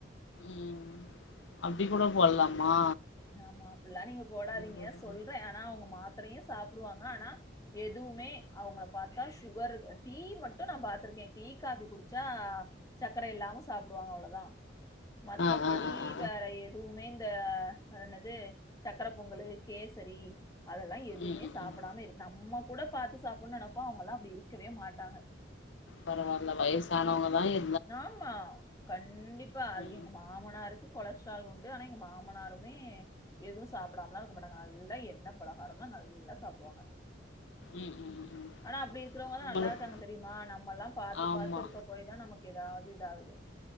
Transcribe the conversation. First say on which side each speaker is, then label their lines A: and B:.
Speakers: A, on the left; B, on the left.
A: ம் அப்டி கூட போட்லாமா
B: நாம்ம அப்டபல்லா நீங்க போடாதீங்க
A: போட்டுக்கோ
B: சொல்ற ஆனா அவுங்க மாத்திரையு சாப்டுவாங்க ஆனா எதுவுமே அவுங்கள பாத்தா சுகர் டீ மட்டு நா பாத்திருக்கே டீ காபி குடிச்சா சக்கர இல்லாம சாப்டுவாங்க அவ்ளோதா மத்தபடி
A: ஆ ஆ ஆ ஆ
B: வேற எதுவுமே இந்த அ அது என்னது சக்கர பொங்கலு கேசரி அதெல்லா எதுமே
A: ம் ம்
B: சாப்படாம
A: ம்
B: இருக் நம்ம கூட பாத்து சாப்பட்ணு நெனப்போ அவுங்க எல்லா அப்டி இருக்கவே மாட்டாங்க
A: பரவாயில்ல வயசானவங்க தா எ
B: ஆமா கண்டிப்பா அது
A: ம்
B: எங்க மா மனாருக்கு கொலஸ்ட்ரால் உண்டு ஆனா எங்க மாமனாருமே எதுவு சாப்டாமலா இருக்க மாட்டாங்க நல்லா எண்ணெ பலகாரம்ல்லா நல்லா சாப்டுவாங்க
A: ம் ம் ம்
B: ஆனா அப்டி இருக்கறவுங்கதா
A: உங்களுக்கு
B: நல்லா இருக்காங்க தெரியுமா நம்மல்லா பாத்து
A: ஆமா
B: பாத்து இருக்க போயி தா நமக் ஏதாவது இது ஆகுது